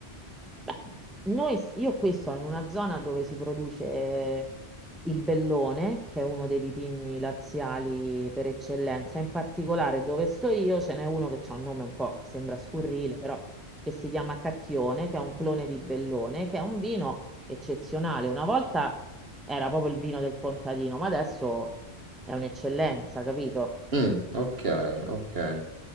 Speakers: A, in the centre; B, on the right (about 60°).
A: Beh, noi, io qui sono in una zona dove si produce il bellone, che è uno dei vitigni laziali per eccellenza. In particolare dove sto io ce n'è uno che ha un nome un po', sembra scurrile, però che si chiama Cacchione, che è un clone di bellone, che è un vino eccezionale. Una volta era proprio il vino del contadino, ma adesso è un'eccellenza, capito?
B: Mh, okay, okay.